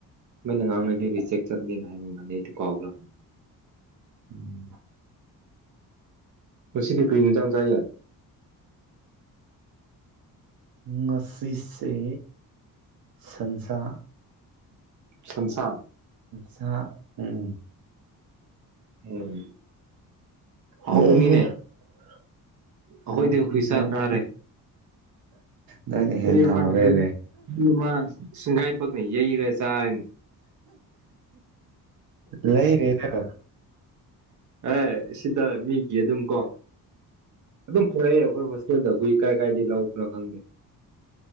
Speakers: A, on the right; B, on the right.
A: ꯁꯨꯃꯥꯏꯅ ꯉꯥꯡꯅꯒꯦꯗꯤ ꯔꯤꯖꯦꯛ ꯆꯠꯅꯤꯅ ꯍꯥꯏꯔꯝꯕꯅꯤ ꯑꯩꯗꯤ ꯀꯥꯎꯈ꯭ꯔꯕ
B: ꯎꯝ
A: ꯉꯁꯤꯗꯤ ꯀꯔꯤ ꯍꯦꯟꯁꯥꯡ ꯆꯥꯏꯌꯦ
B: ꯉꯁꯤꯁꯦ ꯁꯟꯁꯥ
A: ꯁꯟꯁꯥ
B: ꯁꯟꯁꯥ ꯎꯝ
A: ꯎꯝ
B: <unintelligible>
A: ꯍꯥꯎꯕꯅꯤꯅꯦ ꯑꯩꯈꯣꯏꯗꯤ
B: ꯍꯥꯎꯈꯤ
A: ꯍꯨꯏꯁꯥ
B: ꯍꯥꯎꯈꯤ
A: ꯆꯥꯔꯦ
B: ꯅꯪꯅ ꯍꯦꯟꯅ
A: ꯍꯨꯏ ꯑꯃ
B: ꯍꯥꯎꯔꯦꯅꯦ
A: ꯍꯨꯏ ꯑꯃ ꯁꯤꯡꯒꯥꯏꯕꯛꯅ ꯌꯩꯔꯁꯤ ꯇꯥꯏ
B: ꯂꯩꯔꯤꯔ
A: ꯑꯦ ꯁꯤꯗ ꯃꯤꯒꯤ ꯑꯗꯨꯝ ꯀꯣ ꯑꯗꯨꯝ ꯄꯨꯔꯛꯑꯦ ꯑꯩꯈꯣꯏ ꯍꯣꯁꯇꯦꯜꯗ ꯍꯨꯏ ꯀꯥꯏ ꯀꯥꯏꯗꯩ ꯂꯧꯕꯅꯣ ꯈꯪꯗꯦ